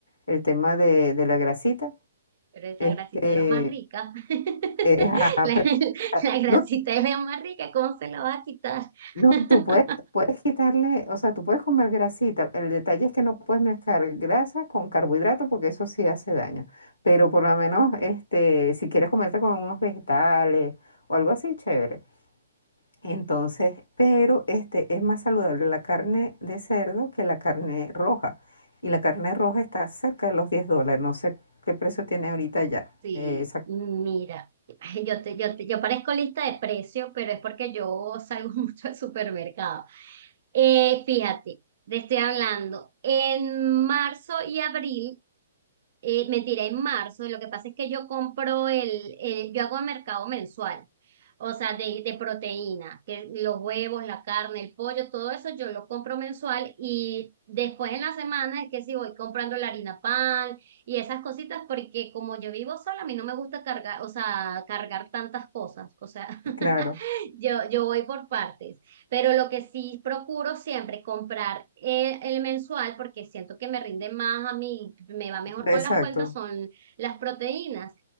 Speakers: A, on the left (about 65°); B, on the right (about 50°).
A: el tema de, de la grasita.
B: Pero esa
A: Este,
B: grasita es la más rica. <laughs>
A: eh, ajá,
B: La,
A: pero-
B: la grasita
A: no,
B: es la más rica. ¿Cómo se la va a quitar?
A: No,
B: <laughs>
A: tú puedes, puedes quitarle, o sea, tú puedes comer grasita. El detalle es que no puedes mezclar grasa con carbohidratos porque eso sí hace daño. Pero por lo menos, este, si quieres comerte con unos vegetales o algo así, chévere. Entonces, pero este es más saludable la carne de cerdo que la carne roja. Y la carne roja está cerca de los 10 dólares. No sé qué precio tiene ahorita ya.
B: Sí,
A: Eh, esa-
B: mira, ay, yo, te, yo, te- yo parezco lista de precios, pero es porque yo salgo <laughs> mucho al supermercado. Eh, fíjate, te estoy hablando, en marzo y abril Eh, mentira, en marzo. Lo que pasa es que yo compro el, el- yo hago mercado mensual, o sea, de, de proteína, que los huevos, la carne, el pollo, todo eso yo lo compro mensual y después en la semana es que sí voy comprando la harina pan y esas cositas porque como yo vivo sola, a mí no me gusta cargar, o sea, cargar tantas cosas, o sea, <laughs>
A: claro,
B: yo, yo voy por partes. Pero lo que sí procuro siempre comprar eh, el mensual porque siento que me rinde más a mí, me va mejor
A: exacto.
B: con las cuentas, son las proteínas.